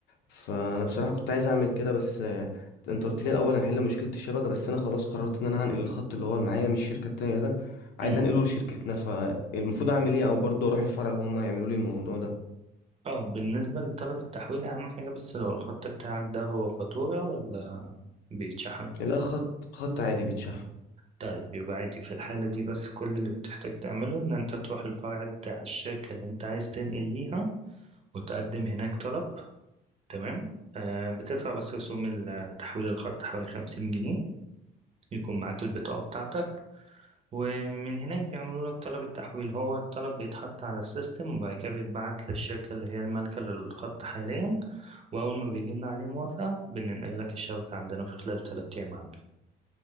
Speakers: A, on the left; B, on the right.
A: فانا بصراحة كنت عايز اعمل كده بس آه، انت قلت لي الاول هنحل مشكلة الشبكة بس انا خلاص قررت ان انا هنقل الخط اللي هو اللي معايا من الشركة التانية ده عايز
B: مم.
A: انقله لشركتنا فالمفروض اعمل ايه او برضه اروح الفرع وهم يعملوا لي الموضوع ده
B: اه بالنسبة لطلب التحويل أهم حاجة بس لو الخط بتاعك ده هو فاتورة ولا بيتشحن
A: لا خط خط عادي بيتشحن
B: طيب يبقى عادي في الحالة دي بس كل اللي بتحتاج تعمله إن أنت تروح الفرع بتاع الشركة اللي أنت عايز تنقل ليها وتقدم هناك طلب تمام آه بتدفع بس رسوم ال- تحويل الخط حوالي خمسين جنيه يكون معاك البطاقة بتاعتك ومن هناك بيعملوا لك طلب التحويل هو الطلب بيتحط على السيستم وبعد كده بيتبعت للشركة اللي هي المالكة للخط حاليا وأول ما بيجي لنا عليه موافقة بننقل لك الشبكة عندنا في خلال تلات أيام عمل